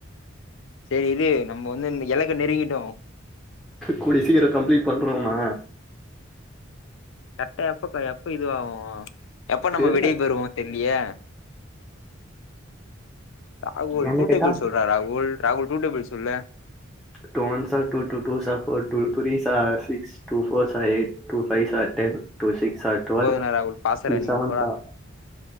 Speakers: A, on the left; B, in the centre.
A: செரி இரு நா நம்ம வந்து நம்ம இலக்க நெருங்கிட்டோ
B: கூடிய சீக்கிரோ கம்ப்ளீட் பண்றுவோமா
A: கரெக்ட்டா எப்ப எப்ப இதுவாகோ எப்ப
B: தெர்ல
A: நம்ம விடை பெறுவோ தெர்லயே ராகுல்
B: என்ன
A: டூ
B: கேட்டா
A: டேபிள் சொல்றா ராகுல் ராகுல் டூ டேபிள் சொல்லு
B: two ones are two two twos are four two threes are six two fours are eight two fives are ten two sick ஸ் ஆர் ட்வெல்
A: போதுடா ராகுல் பாசற
B: டூ
A: நீ
B: செவன்
A: போடா
B: ஸ்ஆர்